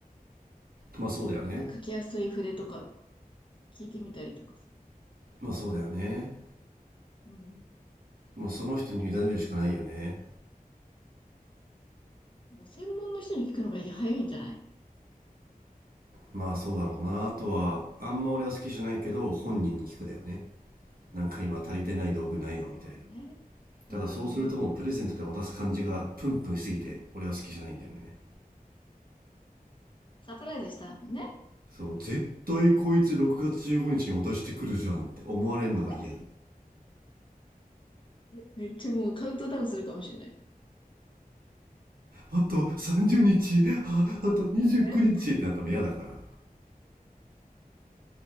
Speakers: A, on the right (about 70°); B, on the left (about 30°).
A: まあそうだよね。
B: なんか、書きやすい筆とか聞いてみたりとかさ。
A: まあそうだよね。
B: うん。
A: もうその人に委ねるしかないよね。
B: もう専門の人に聞くのが早いんじゃない
A: まあそうだろうな。あとは、あんま俺は好きじゃないけど、本人に聞くだよね。なんか今足りてない道具ないのみたいな。
B: そうね。う
A: ただそうするともうプレゼントで渡す感じがプンプンしすぎて俺は好きじゃないんだよね
B: ん。サプライズしたもんね。
A: そう絶対こいつ6月15日にちに渡してくるじゃんって思われるのが嫌だ
B: <laughs> めっちゃもうカウントダウンするかもしれない。
A: あと30日ああと29日ってなったら嫌だから
B: <laughs>